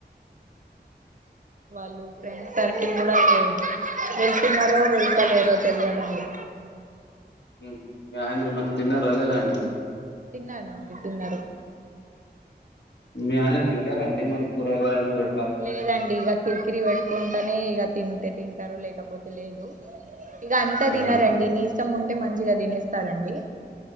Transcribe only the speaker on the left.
ఉహు మీ ఆయన మరి తిన్నారా లేేదా అండి.
మీ ఆయన తింటారా అండి మరి కూరగాయలు అట్లా.
ఆ
అండి